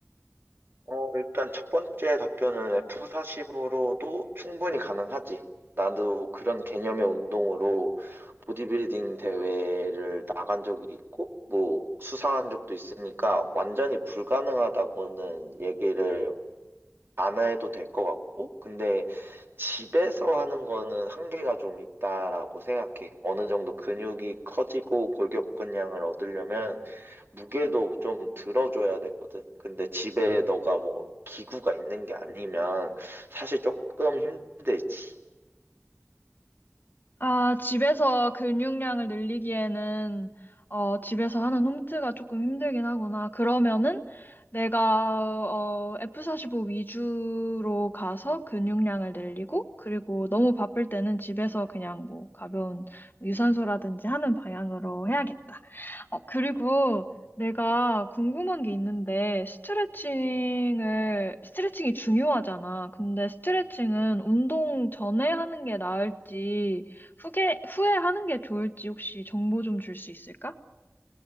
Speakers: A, on the right; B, on the left.
A: 어, 일단 첫 번째 답변은 F40으로도 충분히 가능하지. 나도 그런 개념의 운동으로 보디빌딩 대회를 나간 적이 있고, 뭐, 수상한 적도 있으니까 완전히 불가능하다고는 얘기를 안 해도 될 것 같고, 근데 집에서 하는 거는 한계가 좀 있다라고 생각해. 어느 정도 근육이 커지고 골격근량을 얻으려면 무게도 좀 들어줘야 되거든. 근데 집에 너가 뭐 기구가 있는 게 아니면 사실 조금 힘들지.
B: 아, 집에서 근육량을 늘리기에는 어, 집에서 하는 홈트가 조금 힘들긴 하구나. 그러면은 내가 어, F45 위주로 가서 근육량을 늘리고 그리고 너무 바쁠 때는 집에서 그냥 뭐 가벼운 유산소라든지 하는 방향으로 해야겠다. 어, 그리고 내가 궁금한 게 있는데, 스트레칭을, 스트레칭이 중요하잖아. 근데 스트레칭은 운동 전에 하는 게 나을지, 후에, 후에 하는 게 좋을지 혹시 정보 좀 줄 수 있을까?